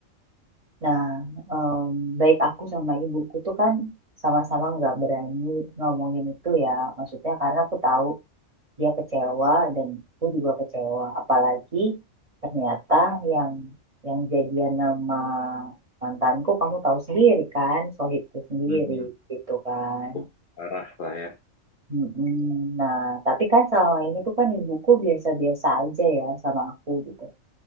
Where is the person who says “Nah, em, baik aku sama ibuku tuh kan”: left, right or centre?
Right